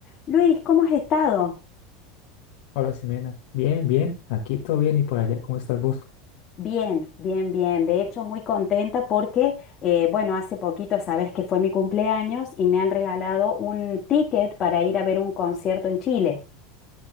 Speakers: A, on the left; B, on the left.
A: Luis, ¿cómo has estado?
B: Hola, Ximena. Bien, bien. Aquí todo bien y por allá, ¿cómo estás vos?
A: Bien, bien, bien. De hecho, muy contenta porque, eh, bueno, hace poquito sabes que fue mi cumpleaños y me han regalado un ticket para ir a ver un concierto en Chile.